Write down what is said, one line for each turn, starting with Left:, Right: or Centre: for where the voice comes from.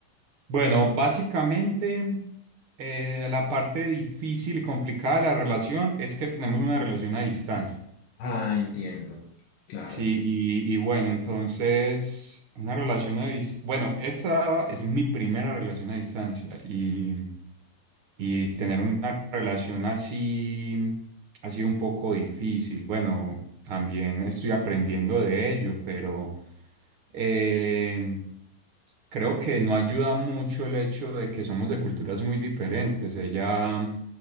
Right: Bueno, básicamente eh, la parte difícil y complicada de la relación es que tenemos una relación a distancia.
Left: Ah, entiendo, claro.
Right: Sí, y, y bueno, entonces, una relación a distancia. Bueno, esa es mi primera relación a distancia y, y tener una relación así ha sido un poco difícil. Bueno, también estoy aprendiendo de ello, pero eh, creo que no ayuda mucho el hecho de que somos de culturas muy diferentes. Ella,